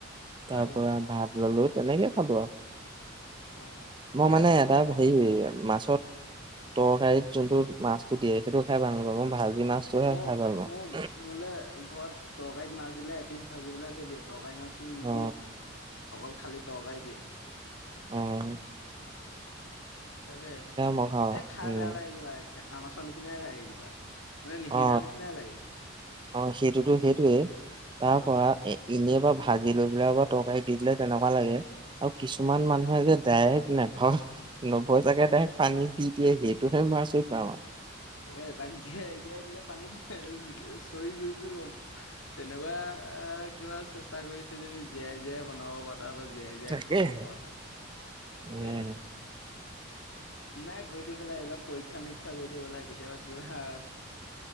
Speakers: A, on the right; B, on the left.
A: তাৰ
B: তাৰপিছত
A: পৰা ভাত ললো তেনেকে খালো আৰু।
B: অ ঠিকে
A: মই মানে
B: আছে
A: এটা হেৰি মাছত তৰকাৰিত যোনতটো মাছতটো দিয়ে সেইটো খাই ভাল নাপাওঁ। ভাজি মাছতোহে
B: মোৰ
A: খাই ভাল পাওঁ।
B: মোৰ মোলে ঘৰত তৰকাৰীত মাছ দিলে এপিছ ভাজি পেলাই থৈ দিয়ে তৰকাৰী মাছ। নিদি,
A: অ
B: অকল খালি তৰকাৰি দিয়ে।
A: উম,
B: তাকে
A: মই খাওঁ
B: এ খাই
A: উম
B: বেয়া লাগে কিবা কেঁচা মাছৰ নিচিনাই লাগে কিবা। মানে নিসিজা
A: অ
B: নিচিনাই লাগে।
A: অ' সেইটোতো-সেইটোয়ে তাৰ
B: অ
A: পৰা এ এনে বা ভাজি লৈ পেলাই বা তৰকাৰী দি দিলে তেনেকুৱা লাগে আৰু কিছুমান
B: তাকে
A: মানুহে যে ডাইৰেক্ট নাভ নভজাকে ডাইৰেক্ট পানী দি দিয়ে সেইটোহে মই আচৰিত পাও আৰু।
B: এই <inaudible> তাক জীয়াই-জীয়াই দিলে পানীত চৰি গুৰি পৰিব তেনেকুৱা কিবা চেষ্টা কৰিজনী জীয়াই-জীয়াই বনাব পৰা ত আকৌ জীয়াই-জীয়াই
A: তাকেহে
B: খাব পৰা ত' তাকে
A: উম।
B: নাই কৰি দি পেলাই এইবিলাক পৰীক্ষা নিৰী শিক্ষা কৰি থিব লাগে কেতিয়াবা কি হা?